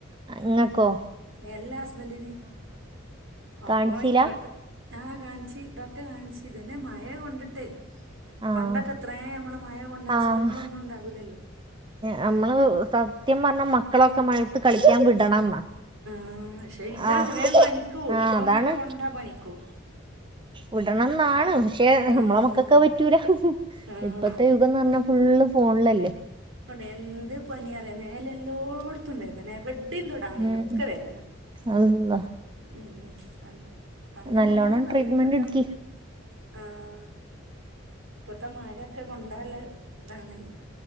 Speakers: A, on the right; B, on the right.
A: അഇങ്ങക്കോ
B: എല്ലാ ഹസ്ബൻറിന് അപ്പൊ
A: കാണിച്ചീല
B: ഇപ്പത്ത് ആ കാണിച്ചി ഡോക്ടറെ കാണിച്ചി ഇതന്നെ മഴ കൊണ്ടിട്ടെ
A: ആഹ്
B: പണ്ടൊക്കെ എത്രേ നമ്മള് മഴകൊണ്ടാ അസുഖങ്ങളൊന്നും
A: ആഹ്
B: ഇണ്ടാവൂല്ലല്ലോ
A: നമ്മള് സത്യം പറഞ്ഞ മക്കളൊക്കെ മഴത്ത് കളിക്കാൻ വിടണംന്നാ
B: ഉം ക്ഷെ ഇതാണ്
A: ആഹ്
B: വേം പനിക്കൂ
A: ആഹ്
B: ഇപ്പം
A: അതാണ്
B: മഴ കൊണ്ടാ പനിക്കൂ
A: വിടണംന്നാണ് പക്ഷെ
B: ആഹ്
A: നമ്മളെ മക്കക്ക് അത്‌ പറ്റൂല
B: ആഹ്
A: ഇപ്പത്തെ യുഗംന്നർഞ്ഞാ ഫുള്ള് ഫോൺലല്ലേ
B: ഓടെ എന്ത് പനിയാറിയാേ മേലെല്ലോട്ത്തും വേദന എവടിംതൊടാൻ വയ്യ
A: ഉം
B: ഒക്കെ വേദന
A: അള്ളാ
B: ഉം ഉം അങ്അങ്ങനെയാണ്
A: നല്ലോണം
B: പറ
A: ട്രീറ്റ്മെന്റ്
B: ഇപ്പത്തമ്
A: എടുക്കി
B: ആഹ് ഇപ്പത്തെ മഴൊക്കെ കൊണ്ടാൽ താണ്